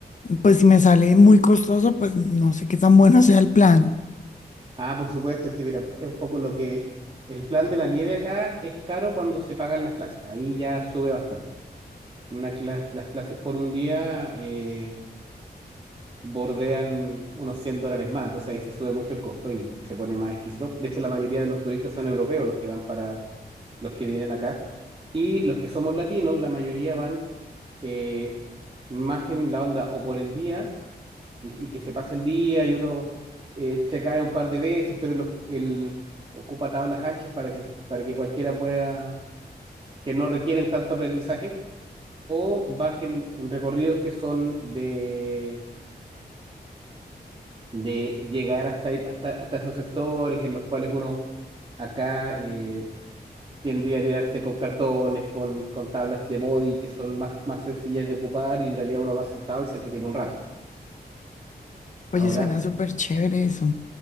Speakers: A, on the left (about 45°); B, on the right (about 30°).
A: pues si me sale muy costoso, pues no sé qué tan bueno <laughs> sea el plan.
B: Ah, por supuesto, es que mira, es un poco lo que el plan de la nieve acá es caro cuando se pagan las clases. Ahí ya sube bastante. Una cla- las clases por un día eh, bordean unos 100 dólares más. Entonces ahí se sube mucho el costo y se pone más exquisito. De hecho, la mayoría de los turistas son europeos los que van para los que vienen acá. Y los que somos latinos, la mayoría van eh, más en la onda o por el día y, y que se pasa el día y uno eh, se cae un par de veces, pero los, el, ocupa tablas anchas para que, para que cualquiera pueda, que no requieren tanto aprendizaje, o bajen en recorridos que son de de llegar hasta, hasta, hasta esos sectores en los cuales uno acá eh, tiende a tirarse con cartones, con, con tablas de body que son más, más sencillas de ocupar y en realidad uno va sentado y se entretiene un rato.
A: Oye,
B: Ahora,
A: suena súper chévere eso.